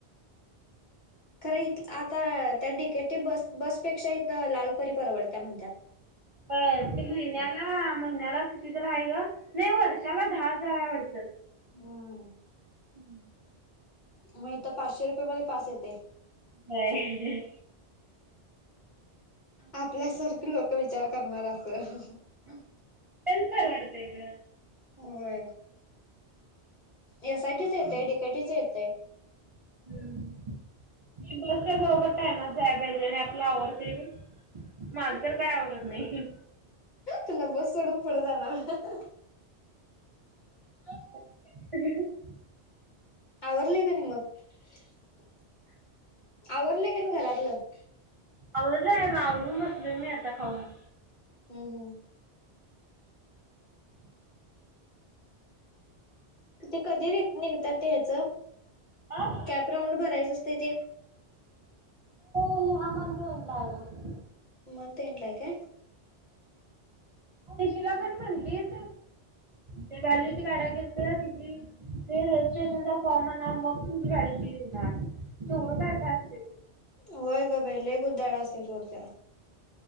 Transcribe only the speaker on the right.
अ ते महिन्याला महिन्याला किती तरहा आहे ग नाही वर्षाला दहा हजार आहेवडतं
हम्मं
हम
तेच परवडतंय ग
हम्मं बसच्या बरोबर टाईमंच दयला पाहिजे आणि आपल आवरते बी मला तरं कायं आवडतं नाहीं
<inaudible>
आवरल आहे बा आवरूंन बसली आहे मी आता खाऊन
<unintelligible>
हा
हॉलो हां <unintelligible> म्हणत
निशेला पणं म्हटली त ते गली त गाड्या गेत तिची ते रजिस्ट्रेशनच्या फॉर्मना मग तुमची व्हलटी देणार सोढं काय का असते